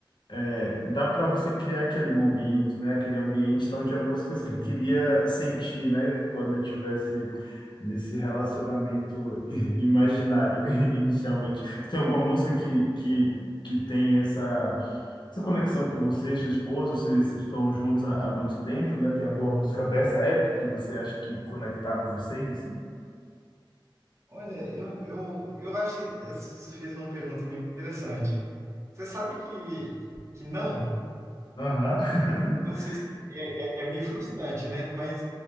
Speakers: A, on the left (about 60°); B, on the right (about 35°).
A: É, dá para você criar aquele momento, né? Aquele ambiente. Então, tinha músicas
B: Sim.
A: que eu queria sentir, né? Quando eu tivesse nesse relacionamento <laughs> imaginário, <laughs> inicialmente. Você tem alguma música que, que, que tem essa, essa conexão com você, sua esposa? Vocês estão juntos há, há muito tempo, né? Tem alguma música dessa época que você acha que conectava vocês, assim?
B: Olha, eu, eu, eu acho que essa- você fez uma pergunta muito interessante. Você sabe que, que não?
A: Aham. <laughs>
B: Não sei se é, é- é meio frustrante, né? Mas,